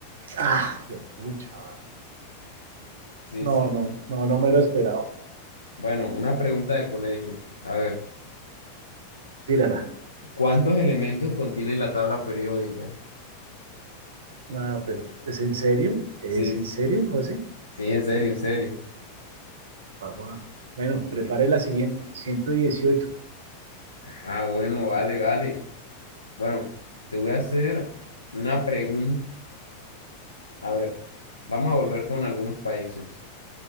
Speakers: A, on the right; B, on the left.
A: Ah, pucha,
B: Sí,
A: no,
B: sí.
A: no, no, no me lo esperaba,
B: Bueno, una pregunta de colegio. A ver,
A: tírala.
B: ¿cuántos elementos contiene la tabla periódica?
A: No, pero ¿es en serio? ¿Es
B: Sí,
A: en serio, José?
B: sí, en serio, en serio.
A: Papá. Bueno, prepare la siguiente. 118.
B: Ah, bueno, vale, vale. Bueno, te voy a hacer una pregunta. A ver, vamos a volver con algunos países.